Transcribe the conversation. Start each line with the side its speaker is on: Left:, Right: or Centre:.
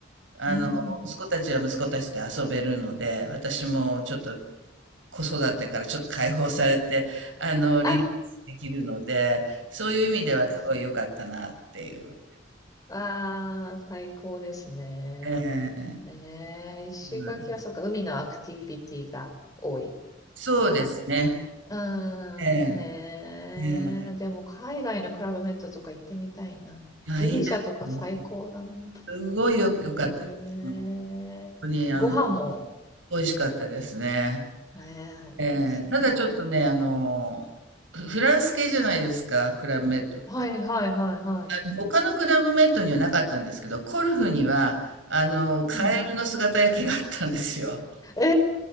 Right: あの、
Left: うん、うん。
Right: 息子たちは息子たちで遊べるので、私もちょっと子育てからちょっと解放されて、あの、リラックスできるので、
Left: あ
Right: そういう意味ではすごい良かったなっていう。
Left: ー、いいですね。あー、最高ですね。
Right: ええ
Left: ねえ、石垣はそっか、
Right: うん、
Left: 海のアクティビティが多い
Right: そうですね。
Left: 感じ。うーん、
Right: ええ
Left: ねえ、
Right: え
Left: でも海外のクラブメットとか行ってみたいな。
Right: えあ、
Left: ギリシャとか最高だな。
Right: いいですよ。すごいよ、良かったです。
Left: へえ。
Right: もう、本当に、あの、
Left: ご飯も、
Right: 美味しかったですね。
Left: うん。ええ、
Right: ええ、
Left: いいですね。
Right: ただちょっとね、あの、フフランス系じゃないですか、クラブメイトって。
Left: はいはいはいは
Right: あの、他のクラブメイトにはなかったんですけど、コルフには、あの、カエルの姿焼きがあったんですよ。
Left: い。うん。え